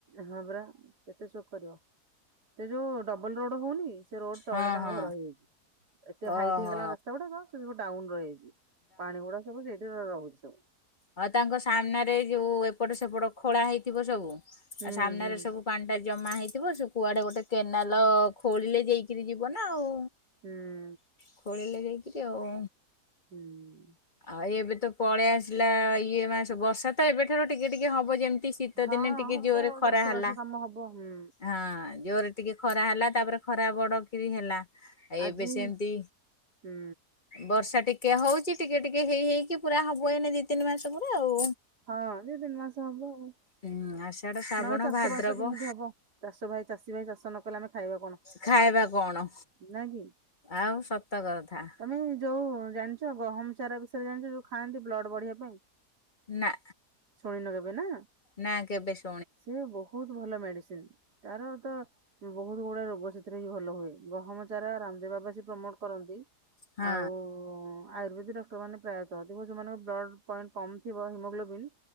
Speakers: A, on the right; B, on the left.
A: ହଁ ପରା କେତେ ସୋକ କରିବ ସେ ଯୋଉ। ଡବଲ ରୋଡ ହଉନି ସେ ରୋଡ ତଳେ
B: ହଁ
A: ତାଙ୍କ
B: ହଁ।
A: ଘର ହେଇଯାଉଛି। ଏତେ
B: ଓହୋ
A: ହାଇଟ୍ ହେଇଗଲା ରାସ୍ତା ଗୁଡାକ ସେ ସବୁ ଡାଉନ୍ ରହିଯାଇଛି ପାଣି ଗୁଡା ସବୁ ସେଇଠି ରହୁଛି ସବୁ।
B: ହଁ ତାଙ୍କ ସାମ୍ନାରେ ଯୋଉ ଏପଟ ସେପଟ ଖୋଳା ହେଇଥିବ ସବୁ ଆ
A: ହୁଁ
B: ସାମ୍ନାରେ
A: ହୁଁ
B: ସବୁ ପାଣି ଟା ଜମା ହେଇଥିବ ସେ କୁଆଡେ ଗୋଟେ କେନାଲ ଖୋଳିଲେ ଯାଇକିରି ଯିବ ନା ଆଉ।
A: ହୁଁ।
B: ଖୋଳିଲେ ଯାଇ କିରି ଆଉ।
A: ହୁଁ।
B: ଆଉ ଏବେ ତ ପଳେଇ ଆସିଲା ଇଏ ମାସ ବର୍ଷା ତ ଏବେଠାରୁ ଟିକେ ଟିକେ ହବ ଯେମତି ମିତି ଶୀତ
A: ହଁ
B: ଦିନେ ଟିକେ
A: ହବ
B: ଜୋରେ
A: ଆଉ
B: ଖରା
A: ଚାଷ
B: ହେଲା
A: ବାସ କାମ ହବ ହୁଁ।
B: ହଁ ଜୋରେ ଟିକେ ଖରା ହେଲା ତାପରେ ଖରା ବଡ କିରି ହେଲା। ଏବେ
A: ଆଜି
B: ସେମିତି
A: ହୁଁ
B: ବର୍ଷା ଟିକ ଟିକେ ହଉଛି ଟିକେ ଟିକେ ହେଇ ହେଇକି ପୁରା ହବ ଏଇନେ ଦି ତିନି ମାସ ପୁରା ଆଉ।
A: ହଁ ଦି ତିନି ମାସ ହବ ଆଉ।
B: ହୁଁ ଆଶାଢ଼ ଶ୍ରାବଣ
A: ନହେଲେ ଚାଷ
B: ଭାଦ୍ରବ।
A: ବାସ କେମିତି ହବ ଚାଷ ଭାଇ ଚାଷୀ ଭାଇ ଚାଷ ନ କଲେ ଆମେ ଖାଇବା କଣ
B: ଖାଇବା କଣ
A: ନାଇଁ କି?
B: ଆଉ ସତ କଥା।
A: ତମେ ଯୋଉ ଜାଣିଛ ଗହମ ଚାରା ବିଷୟରେ ଜାଣିଛ ଯୋଉ ଖାଆନ୍ତି ବ୍ଲଡ଼ ବଢିବା ପାଇଁ।
B: ନା।
A: ଶୁଣି ନ କେବେ ନା।
B: ନା କେବେ ଶ
A: ସେ ବହୁତ ଭଲ ମେଡିସିନ ତାର ତ ବହୁତ ଗୁଡା ରୋଗ ସେଥିରେ ହିଁ ଭଲ ହୁଏ ଗହମ ଚାରା ରାମଦେବବାବା ପ୍ରମୋଟ କରନ୍ତି।
B: ହଁ।
A: ଆଉ। ଆୟୁର୍ବେଦିକ ଡକ୍ଟର ମାନ ପ୍ରାୟଃ ଥିବ ଯୋଉମାନଙ୍କ ବ୍ଲଡ ପଏଣ୍ଟ କମଥିବ ହିମୋଗ୍ଲୋବନ୍।